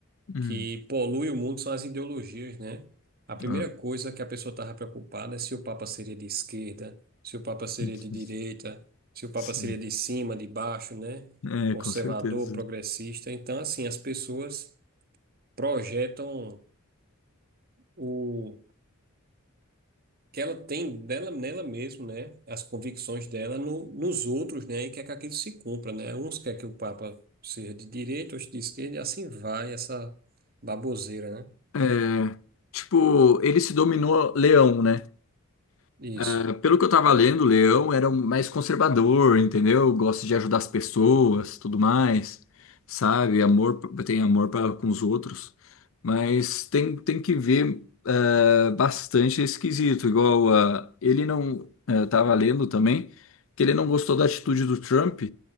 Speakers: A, on the left (about 65°); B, on the right (about 45°).
A: Hum.
B: que polui o mundo são as ideologias, né? A primeira
A: Ah.
B: coisa que a pessoa estava preocupada é se o Papa seria de esquerda, se o Papa seria
A: <laughs>
B: de direita, se o Papa
A: Sim.
B: seria de cima, de baixo, né?
A: É,
B: Conservador,
A: com certeza.
B: progressista. Então, assim, as pessoas projetam o que ela tem dela, nela mesmo, né? As convicções dela no, nos outros, né? E quer que aquilo se cumpra, né? Uns quer que o Papa seja de direita, outros de esquerda, e assim vai essa baboseira, né?
A: É, tipo, ele se dominou Leão, né?
B: Isso.
A: É, pelo que eu tava lendo, Leão era um mais conservador, entendeu? Gosta de ajudar as pessoas, tudo mais, sabe? Amor, p- tem amor pra, com os outros, mas tem, tem que ver é, bastante esquisito. Igual a, ele não é, tava lendo também que ele não gostou da atitude do Trump